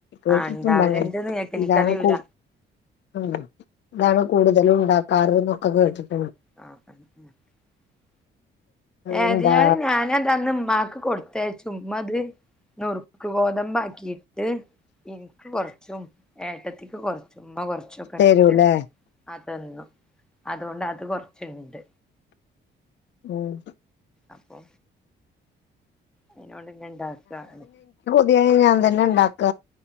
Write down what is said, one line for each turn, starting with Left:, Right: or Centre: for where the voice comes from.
Left: കേട്ടിട്ട്ണ്ട്
Centre: ആഹ് ഉണ്ടാവലുണ്ട്ന്ന്
Left: അങ്ങനെ
Centre: കേട്ട് എനിക്കറിയൂല
Left: ഇതാണ് കൂടുത <unintelligible> ഇതാണ് കൂടുതൽ ഉണ്ടാക്കാർ <unintelligible>
Centre: <unintelligible> ഏതിയാലും
Left: എന്താ
Centre: ഞാനതന്ന് മ്മാ ക്ക് കൊടുത്തയച്ച് ഉമ്മ അത് നുറുക്ക് ഗോതമ്പ്ക്കി ഇന്ക് കോർച്ചും ഏട്ടത്തിക്ക് കൊർച്ചും മ്പ കൊർച് ഷൊ കട്ത്ത്
Left: തരൂല്ലേ
Centre: അ തന്നു അതോണ്ട് അത് കൊർച് ണ്ട്
Left: മ്മ്
Centre: അപ്പൊ അയ്‌നോണ്ട് ങ്ങൻ ണ്ടാക്കാണ്
Left: തിയ ഞാൻ തന്നെ ണ്ടാക്ക